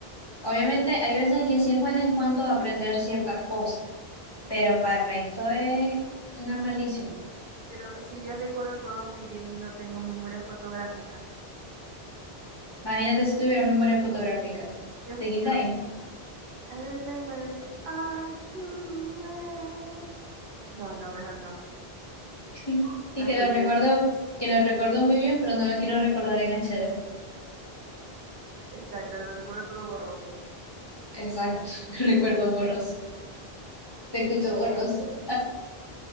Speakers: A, on the left; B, on the right.
A: Obviamente hay veces que sí es bueno en cuanto a aprender ciertas cosas pero para el resto es una maldición.
B: Pero si yo recuerdo todo muy bien y no tengo memoria fotográfica,
A: Imagínate si tuvieras memoria fotográfica.
B: Dios
A: ¿Te
B: mío,
A: quita ahí?
B: I remember all too well. No, no, mejor no.
A: <laughs> Y
B: La
A: que
B: fluidez,
A: lo recuerdo, que lo recuerdo muy bien, pero no lo quiero recordar en HD.
B: exacto, lo recuerdo todo borroso.
A: Exacto, <laughs> recuerdo borroso. Te escucho borroso.